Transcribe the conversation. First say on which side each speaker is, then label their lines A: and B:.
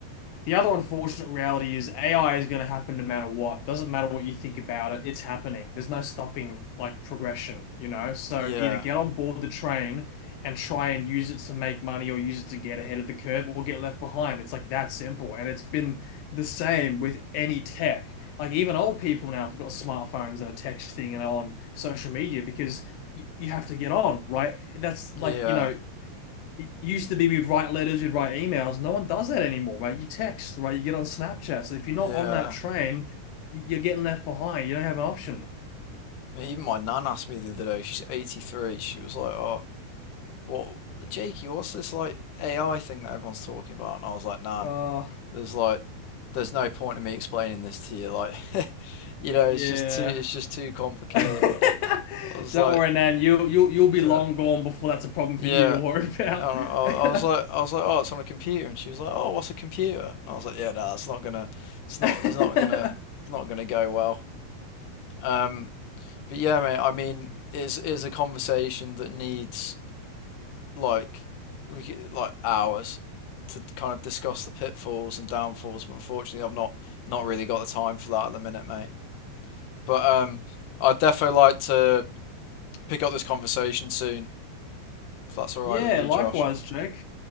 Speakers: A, on the left; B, on the left.
A: the other unfortunate reality is AI is going to happen no matter what. Doesn't matter what you think about it, it's happening. There's no stopping like progression, you know? So
B: Yeah.
A: either get on board the train and try and use it to make money or use it to get ahead of the curve or get left behind. It's like that simple. And it's been the same with any tech. Like even old people now have got smartphones and are texting and on social media because you have to get on, right? That's
B: Yeah.
A: like, you know, it used to be we'd write letters, we'd write emails. No one does that anymore, right? You text, right? You get on Snapchat. So if you're
B: Yeah.
A: not on that train, you're getting left behind. You don't have an option.
B: I mean, even my nan asked me the other day, she's 83, she was like, "Oh, what Jakey, what's this like AI thing that everyone's talking about? And I was like, Nan,
A: Uh,
B: there's like there's no point in me explaining this to you. Like <laughs> you know,
A: yeah.
B: it's just too it's just too complicated.
A: <laughs>
B: I was
A: Don't
B: like,
A: worry, Nan. You'll you'll you'll be
B: yeah,
A: long gone before that's a problem
B: yeah.
A: for you to worry about.
B: I don't know. I, I was like, I was like, oh, it's on a computer, and she was like, oh, what's a computer? And I was like, yeah, no, it's not gonna, it's not,
A: <laughs>
B: it's not gonna, it's not gonna go well. Um, but yeah, mate. I mean, it's it's a conversation that needs like we could, like hours to kind of discuss the pitfalls and downfalls, but unfortunately, I've not not really got the time for that at the minute, mate. But um, I'd definitely like to pick up this conversation soon, if that's all
A: Yeah,
B: right with you,
A: likewise,
B: Josh.
A: Jake.